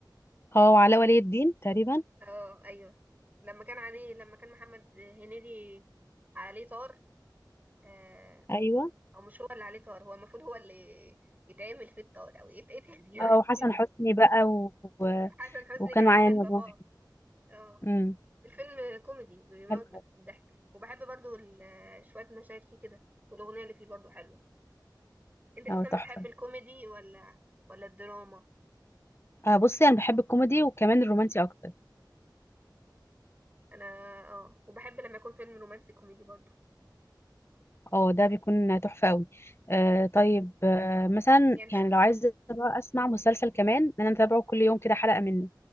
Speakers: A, on the left; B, on the right.
A: اه وعلاء ولي الدين تقريبا
B: اه ايوه لما كان عليه لما كان محمد هنيدي عليه طار آه
A: ايوه
B: او مش هو اللي عليه طار هو المفروض هو اللي يتعمل فيه الطار او يتقتل يعني
A: اه وحسن حسني
B: <laughs>
A: بقى و...
B: حسن حسني
A: وكان
B: كان
A: معايا
B: عامل
A: مجموعه
B: باباه اه
A: امم
B: الفيلم كوميدي بيموت
A: حلو
B: من
A: أوي.
B: الضحك وبحب برضو ال- شوية مشاهد فيه كده والأغنية اللي فيه برضو حلوة انت اصلا
A: اه تحفه
B: بتحب الكوميدي ولا ولا الدراما
A: آه بصي انا بحب الكوميدي وكمان الرومانسي اكتر
B: انا اه وبحب لما يكون فيلم رومانسي كوميدي برضو
A: اه ده بيكون تحفه قوي آه طيب آه مثلا
B: يعني انت شفتي
A: يعني لو عايزه بقى اسمع مسلسل كمان انا متابعه كل يوم كده حلقه منه